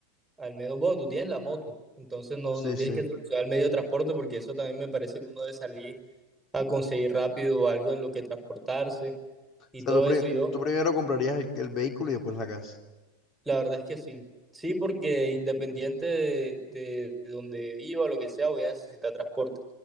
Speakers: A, in the centre; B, on the left.
A: al menos, bueno, tú tienes la moto, entonces no,
B: Sí,
A: no tienes
B: sí.
A: que
B: O
A: solucionar el medio de transporte porque eso también me parece que uno debe salir a conseguir rápido algo en lo que transportarse y
B: sea,
A: todo
B: tú, pri-
A: eso. Yo,
B: tú primero comprarías el, el vehículo y después la casa.
A: la verdad es que sí. Sí, porque independiente de, de- de donde viva, lo que sea, voy a necesitar transporte.